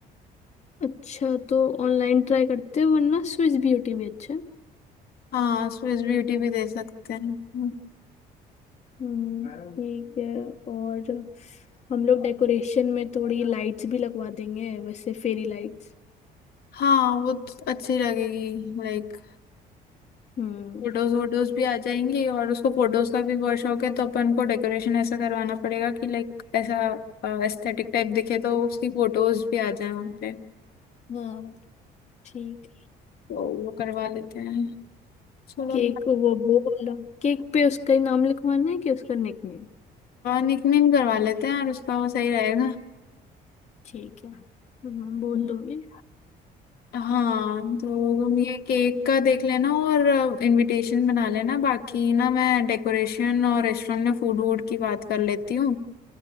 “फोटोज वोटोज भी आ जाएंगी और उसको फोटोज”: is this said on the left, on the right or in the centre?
Left